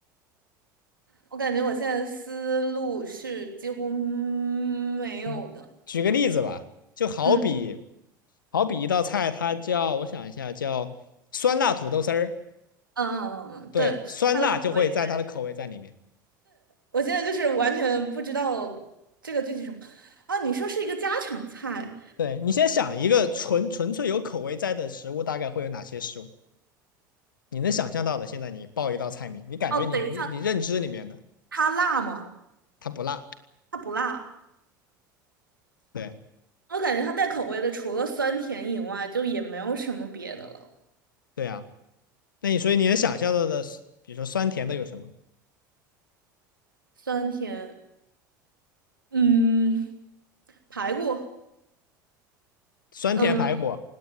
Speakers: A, on the right; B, on the left.
A: 我感觉我现在思路是几乎没有的。
B: 嗯举个例子吧，就好比
A: 嗯
B: 好比一道菜，它叫我想一下，叫酸辣土豆丝儿。
A: 嗯嗯嗯，嗯，
B: 对，
A: 对，
B: 酸辣就会在它的口味在里面。
A: 是它的口味。我现在就是完全不知道这个具体什么啊？你说是一个家常菜
B: 对，你先想一个纯纯粹有口味在的食物，大概会有哪些食物？你能想象到的，现在你报一道菜名，你感觉你你认知里面的
A: 哦？等一下，它辣吗？
B: 它不辣。
A: 它不辣，
B: 对
A: 我感觉它带口味的，除了酸甜以外，就也没有什么别的了。
B: 对啊，那你所以你能想象到的，比如说酸甜的有什么？
A: 酸甜，嗯，排骨，
B: 酸甜排骨，
A: 嗯，